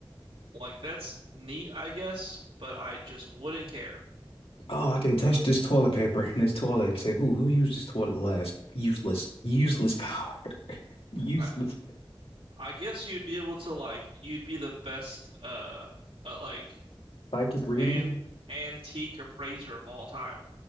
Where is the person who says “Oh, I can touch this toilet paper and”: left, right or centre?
Left